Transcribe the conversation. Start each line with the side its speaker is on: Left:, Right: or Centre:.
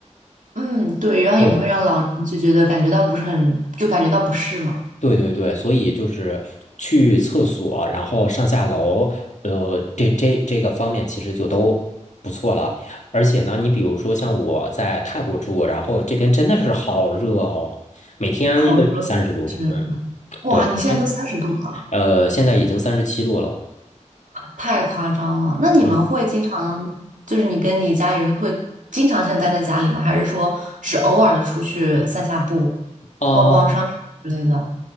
Right: 嗯，对，然后也不会让老人就觉得感觉到不是很，
Left: 对。
Right: 就感觉到不适嘛，
Left: 对对对，所以就是去厕所，然后上下楼，呃，这这这个方面其实就都不错了。而且呢，你比如说像我在泰国住，然后这边真的是好热哦，每天都是三十度。
Right: 好热，是，
Left: 嗯，
Right: 哇，
Left: 对，
Right: 你现在都三十度了。
Left: 每天呃，现在已经三十七度了。
Right: 太夸张了。那你们会经常，
Left: 嗯，
Right: 就是你跟你家里人会经常性地待在家里吗？还是说只偶尔的出去散下步、
Left: 啊、
Right: 逛逛商场之类的？